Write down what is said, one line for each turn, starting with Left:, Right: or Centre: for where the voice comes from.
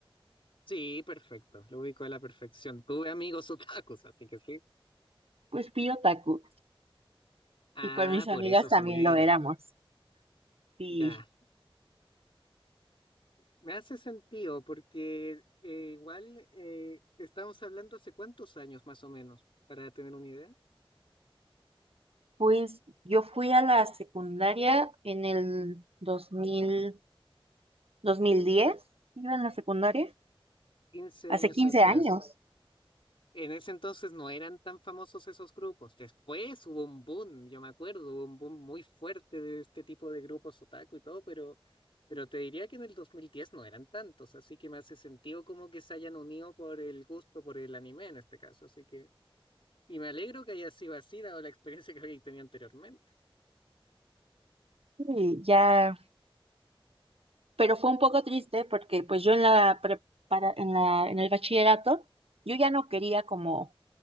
Left: Sí, perfecto. Lo ubico a la perfección. Tuve amigos <laughs> otakus, así que sí.
Right: pues fui otaku
Left: Ah,
Right: y con mis
Left: por
Right: amigas
Left: eso se
Right: también
Left: unieron.
Right: lo éramos. Y
Left: Ya. Me hace sentido porque eh, igual eh, estamos hablando hace cuántos años más o menos, para tener una idea,
Right: pues yo fui a la secundaria en el 2000, 2010, iba en la secundaria,
Left: quince
Right: hace
Left: años
Right: quince
Left: atrás.
Right: años,
Left: En ese entonces no eran tan famosos esos grupos. Después hubo un boom, yo me acuerdo, hubo un boom muy fuerte de este tipo de grupos otaku y todo, pero, pero te diría que en el 2010 no eran tantos, así que me hace sentido como que se hayan unido por el gusto, por el anime en este caso, así que... Y me alegro que haya sido así, dado la experiencia que había tenido anteriormente.
Right: sí ya pero fue un poco triste porque pues yo en la prepara- en la, en el bachillerato, yo ya no quería como